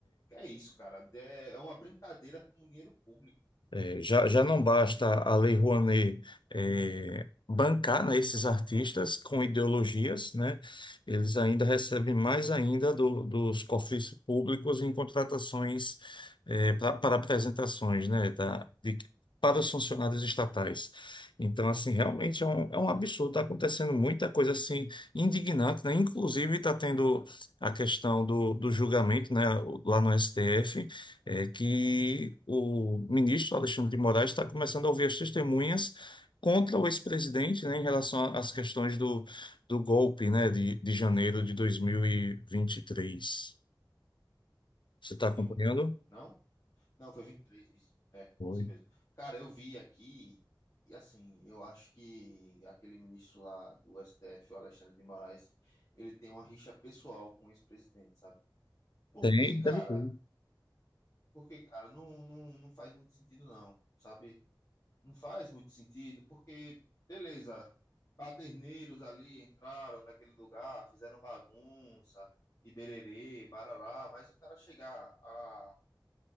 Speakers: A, on the left; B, on the left.
A: Que é isso, cara? É é uma brincadeira com o dinheiro público.
B: É, já, já não basta a Lei Rouanet é, bancar, né, esses artistas com ideologias, né? Eles ainda recebem mais ainda do- dos cofres públicos em contratações é, pra- para apresentações, né, da- de- para os funcionários estatais. Então, assim, realmente é um, é um absurdo. Está acontecendo muita coisa assim indignante, né? Inclusive está tendo a questão do, do julgamento, né, lá no STF é que o ministro Alexandre de Moraes está começando a ouvir as testemunhas contra o ex-presidente, né, em relação às questões do, do golpe, né, de, de janeiro de 2023. Você está
A: vinte
B: acompanhando?
A: e um Não? Não, foi 23 isso. É,
B: Oi.
A: isso mesmo. Cara, eu vi aqui, e assim, eu acho que aquele ministro lá do STF, o Alexandre de Moraes, ele tem uma rixa pessoal com o ex-presidente, sabe? Porque,
B: Tem,
A: cara,
B: deve ter.
A: Porque, cara, não, não, não faz muito sentido, não, sabe? Não faz muito sentido, porque, beleza, baderneiros ali entraram naquele lugar, fizeram bagunça, e bererê, barará, mas o cara chegar a,